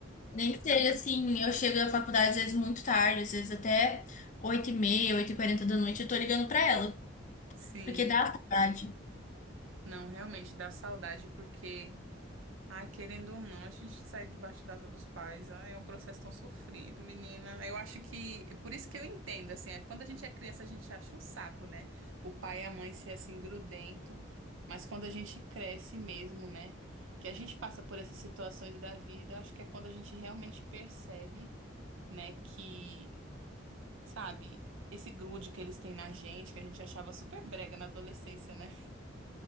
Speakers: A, on the left (about 40°); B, on the right (about 80°).
A: Nem que seja assim, eu chego da faculdade às vezes muito tarde, às vezes até oito e meia oito e quarenta da noite, eu tô ligando pra ela.
B: Sim.
A: Porque dá saudade.
B: Não, realmente dá saudade porque Ai, querendo ou não, a gente sair debaixo da asa dos pais, ai, é um processo tão sofrido, menina. Eu acho que, por isso que eu entendo, assim, é, quando a gente é criança, a gente acha um saco, né? O pai e a mãe ser assim grudento, mas quando a gente cresce mesmo, né? Que a gente passa por essas situações da vida, acho que é quando a gente realmente percebe, né, que, sabe, esse grude que eles têm na gente, que a gente achava super brega na adolescência, né? <laughs>